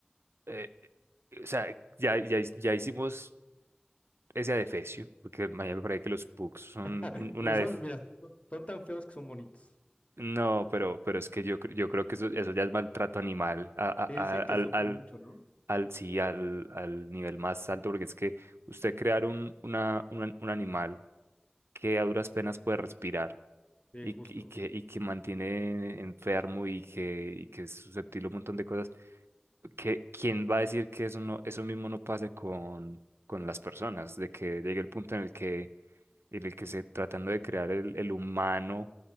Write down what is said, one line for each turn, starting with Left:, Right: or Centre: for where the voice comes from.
Right: eh, o sea, ya, ya, ya hicimos ese adefesio, porque mañana me parece que los pugs son
Left: <laughs>
Right: un- una
Left: Pero son,
Right: def-
Left: mira, son son tan feos que son bonitos.
Right: No, pero, pero es que yo, cre- yo creo que eso, eso ya es maltrato animal a- a-
Left: Y
Right: a-
Left: dicen
Right: al,
Left: que sufren
Right: al,
Left: mucho, ¿no?
Right: al, sí, al, al nivel más alto, porque es que usted crear un, una, un, un animal que a duras penas puede respirar
Left: Sí,
Right: y,
Left: justo.
Right: que- y, que, y que mantiene enfermo y que, y que es susceptible a un montón de cosas, que, ¿quién va a decir que eso, no, eso mismo no pase con, con las personas? De que llegue el punto en el que en el que se tratando de crear el, el humano